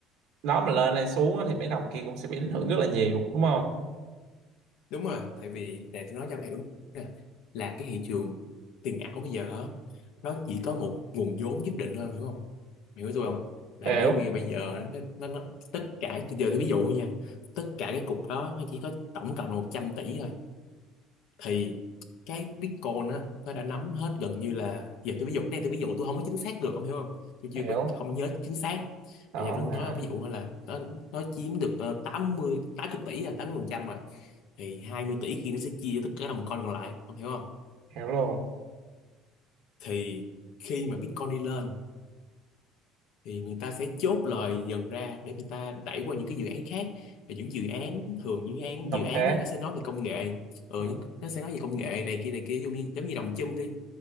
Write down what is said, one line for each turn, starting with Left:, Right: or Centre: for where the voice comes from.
Right: nó mà lên hay xuống á, thì mấy đồng kia cũng sẽ bị ảnh hưởng rất là nhiều đúng không
Left: đúng rồi tại vì nè tôi nói cho mày đúng nè là cái thị trường tiền ảo bây giờ á, nó chỉ có một nguồn vốn nhất định thôi em hiểu không Mày hiểu tôi không là
Right: hiểu
Left: nó giống như bây giờ nó, nó, nó tất cả từ giờ tôi ví dụ thôi nha tất cả cái cục đó nó chỉ có tổng cộng là 100 tỷ thôi thì cái Bitcoin á nó đã nắm hết gần như là giờ tôi ví dụ cái này tôi ví dụ tôi không có chính xác được ông hiểu không tôi chưa
Right: hiểu
Left: có không nhớ chính xác
Right: đó
Left: bây giờ tôi nói
Right: mà
Left: ví dụ thôi là nó, nó chiếm được ờ, tám 80 tỷ là 80 phần trăm rồi thì 20 tỷ kia nó sẽ chia cho tất cả đồng coin còn lại ông hiểu không
Right: hiểu luôn
Left: thì khi mà Bitcoin đi lên thì người ta sẽ chốt lời dần ra để người ta đẩy qua những cái dự án khác và những dự án thường những dự án
Right: Những đồng
Left: dự án
Right: khác
Left: á, nó sẽ nói về công nghệ ừ,
Right: Ừ.
Left: những, nó sẽ nói về công nghệ này kia này kia giống như giống như đồng chum đi